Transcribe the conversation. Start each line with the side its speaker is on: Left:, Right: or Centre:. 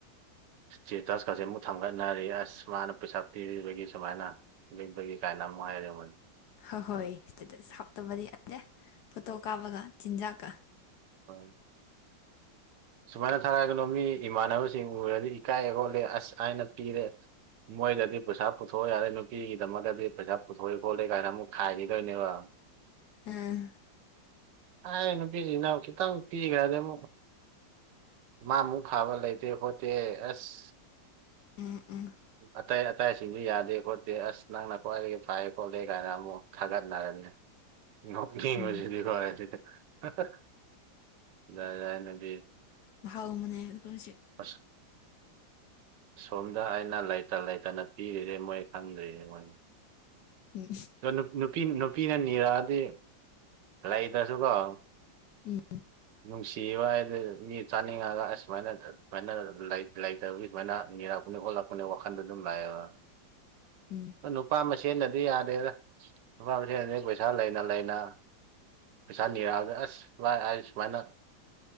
Right: ꯏꯁꯇꯦꯇꯁꯀꯁꯦ ꯑꯃꯨꯛ ꯊꯥꯡꯒꯠꯅꯔꯤ ꯑꯁ ꯃꯥꯅ ꯄꯩꯁꯥ ꯄꯤꯕꯤꯕꯒꯤ ꯁꯨꯃꯥꯏꯅ ꯂꯕꯒꯤ ꯀꯥꯏꯅ ꯑꯃꯨꯛ ꯍꯥꯏꯔꯝꯃꯅꯤ
Left: ꯍ ꯍꯣꯏ ꯏꯁꯇꯦꯇꯁ ꯍꯥꯞꯇꯕꯗꯤ ꯌꯥꯗꯦ ꯐꯣꯇꯣ ꯀꯥꯞꯄꯒ ꯆꯤꯟꯖꯥꯛꯀ
Right: ꯍ ꯁꯨꯃꯥꯏꯅ ꯊꯥꯔꯛꯒꯅꯣ ꯃꯤ ꯏꯃꯥꯟꯅꯕꯁꯤꯡ ꯎꯔꯗꯤ ꯏꯀꯥꯏ ꯈꯣꯠꯂꯦ ꯑꯁ ꯑꯥꯏꯅ ꯄꯤꯔꯦ ꯃꯣꯏꯗꯗꯤ ꯄꯩꯁꯥ ꯄꯨꯊꯣꯛꯑꯣ ꯌꯥꯔꯦ ꯅꯨꯄꯤꯒꯤꯗꯃꯛꯇꯗꯤ ꯄꯩꯁꯥ ꯄꯨꯊꯣꯛꯏ ꯈꯣꯠꯂꯦ ꯀꯥꯏꯅ ꯑꯃꯨꯛ ꯈꯥꯏꯈꯤꯗꯣꯏꯅꯦꯕ
Left: ꯑꯝ
Right: ꯑꯩ ꯅꯨꯄꯤꯁꯤ ꯏꯅꯥꯎ ꯈꯤꯇꯪ ꯄꯤꯈ꯭ꯔꯗꯤ ꯑꯃꯨꯛ ꯃꯥꯃꯨꯛ ꯐꯥꯕ ꯂꯩꯇꯦ ꯈꯣꯠꯇꯦ ꯑꯁ
Left: ꯎꯝ ꯎꯝ
Right: ꯑꯇꯩ ꯑꯇꯥꯏꯁꯤꯡꯗꯨ ꯌꯥꯗꯦ ꯈꯣꯠꯇꯦ ꯑꯁ ꯅꯪꯅ ꯈ꯭ꯋꯥꯏꯗꯒꯤ ꯐꯥꯏꯑ ꯈꯣꯠꯂꯦ ꯀꯥꯏꯅ ꯑꯃꯨꯛ ꯊꯥꯒꯠꯅꯔꯅꯤ
Left: <inaudible>
Right: ꯉꯁꯤꯗꯤ
Left: ꯎꯝ
Right: ꯌꯥ ꯌꯥꯪ
Left: ꯃꯍꯥꯎ ꯃꯅꯦ ꯑꯗꯨꯒꯖꯤ
Right: ꯑꯁ ꯁꯣꯝꯗ ꯑꯩꯅ ꯂꯩꯇ ꯂꯩꯇꯅ ꯄꯤꯔꯤꯔꯦ ꯃꯣꯏ ꯈꯪꯗ꯭ꯔꯤꯅꯦ ꯃꯣꯏꯒꯤ
Left: ꯎꯝ
Right: ꯑꯗ ꯅꯨꯄꯤ ꯅꯨꯄꯤꯅ ꯅꯤꯔꯛꯑꯗꯤ ꯂꯩꯗꯁꯨꯀꯣ
Left: ꯎꯝ
Right: ꯅꯨꯡꯁꯤꯕ ꯍꯥꯏꯗ ꯃꯤ ꯆꯥꯅꯤꯡꯉꯒ ꯑ ꯁꯃꯥꯏꯅ ꯑꯗꯨꯃꯥꯏꯅ ꯂꯩ ꯂꯩꯇꯕꯒꯤ ꯁꯨꯃꯥꯏꯅ ꯅꯤꯔꯛꯄꯅꯦ ꯈꯣꯠꯂꯛꯄꯅꯦ ꯋꯥꯈꯟꯗ ꯑꯗꯨꯝ ꯂꯥꯛꯑꯦꯕ
Left: ꯎꯝ
Right: ꯅꯨꯄꯥ ꯃꯁꯦꯟꯅꯗꯤ ꯌꯥꯗꯦꯗ ꯅꯨꯄꯥ ꯃꯁꯦꯟꯗꯤ ꯄꯩꯁꯥ ꯂꯩꯅ ꯂꯩꯅ ꯄꯩꯁꯥ ꯅꯤꯔꯛꯑꯒ ꯑꯁ ꯕꯥꯏ ꯑ ꯁꯨꯃꯥꯏꯅ